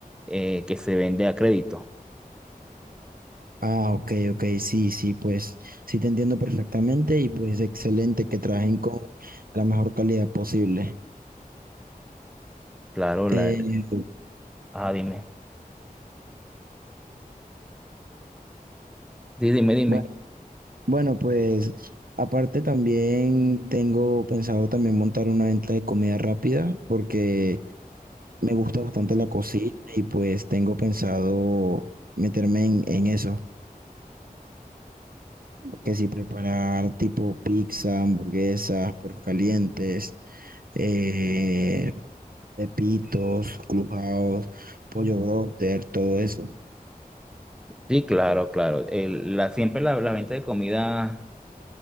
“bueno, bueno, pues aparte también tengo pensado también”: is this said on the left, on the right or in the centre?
Right